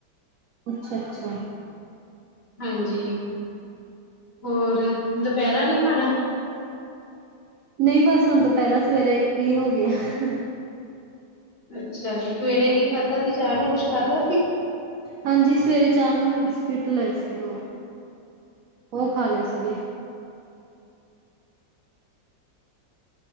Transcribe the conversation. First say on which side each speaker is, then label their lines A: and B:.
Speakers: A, on the right; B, on the left.
A: ਅੱਛਾ-ਅੱਛਾ
B: ਹਾਂਜੀ ਹੋਰ ਦੁਪੈਰਾ ਨੀ ਖਾਣਾ?
A: ਨਈ ਬਸ ਹੁਣ ਦੁਪੈਰਾ ਸਵੇਰੇ ਇੱਕ ਈ ਹੋ ਗਿਆ।
B: ਅੱਛਾ ਜੀ ਸਵੇਰੇ ਕੀ ਖਾਧਾ ਸੀ ਚਾਹ ਨਾ ਕੁਛ ਖਾਧਾ ਸੀ?
A: ਹਾਂਜੀ ਸਵੇਰੇ ਚਾਹ ਆ ਨਾ ਮੈਂ ਬਿਸਕਿਟ ਲਏ ਸੀ ਦੋ। ਓ ਖਾ ਲਏ ਸੀਗੇ।